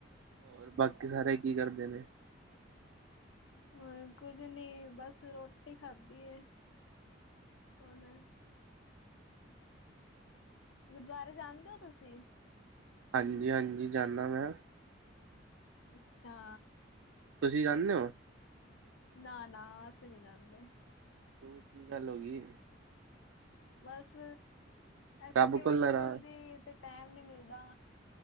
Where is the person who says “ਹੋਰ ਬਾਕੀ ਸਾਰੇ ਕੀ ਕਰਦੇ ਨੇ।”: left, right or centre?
Right